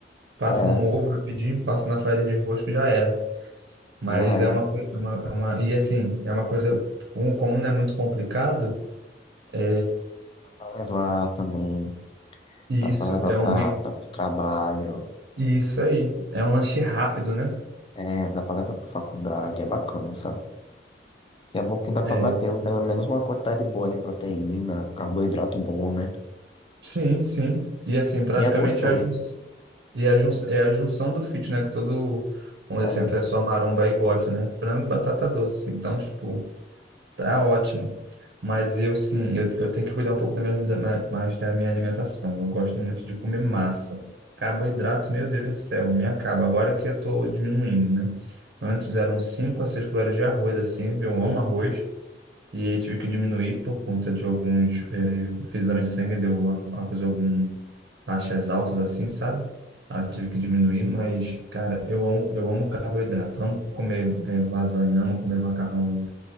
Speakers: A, on the right; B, on the left.
A: passa
B: é,
A: no ovo rapidinho, passa na farinha de rosca e já era. Mas
B: já era.
A: é uma coisa, uma, é uma- e assim, é uma coisa, como, como não é muito complicado, é,
B: Dá Pra levar também,
A: e
B: dá
A: isso
B: pra levar
A: é
B: pra,
A: um, meio-
B: pra, pro trabalho,
A: e isso aí, é um lanche rápido, né?
B: é, dá pra levar pra faculdade, é bacana, sabe? E é bom que dá pra
A: É,
B: bater um, pelo menos uma quantidade boa de proteína, carboidrato bom, né?
A: sim, sim. E assim, praticamente
B: E é gostoso.
A: é a, jun- E a jun- é a junção do fit, né? Que todo, vamos
B: É.
A: dizer assim, a pessoa maromba aí gosta, né? Frango e batata doce. Então, tipo, tá ótimo. Mas eu, sim, eu, eu tenho que cuidar um pouco da minha, da minha- mais da minha alimentação. Eu gosto muito de comer massa. Carboidrato, meu Deus do céu, me acaba. Agora que eu tô diminuindo, né? Antes eram 5 a 6 colheres de arroz, assim. Eu amo arroz. E aí tive que diminuir por conta de alguns. eh, fiz exame de sangue, deu, acusou algum taxas altas assim, sabe? Aí eu tive que diminuir, mas, cara, eu amo, eu amo carboidrato, amo comer eh, lasanha, amo comer macarrão,